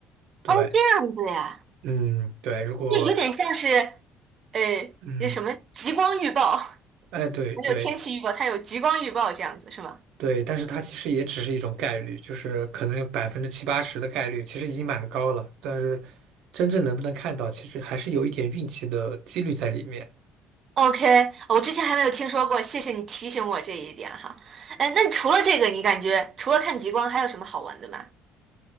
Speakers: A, on the right; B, on the right.
A: 对，
B: 哦，这样子呀，
A: 嗯，对，如果
B: 就有点像是呃，
A: 嗯，
B: 那什么极光预报。
A: 哎，对对
B: 还有天气预报，它有极光预报这样子是吗？
A: 对，但是它其实也只是一种概率，就是可能有百分之七八十的概率，其实已经蛮高了。但是真正能不能看到，其实还是有一点运气的几率在里面。
B: OK，我之前还没有听说过，谢谢你提醒我这一点哈。哎，那除了这个，你感觉除了看极光，还有什么好玩的吗？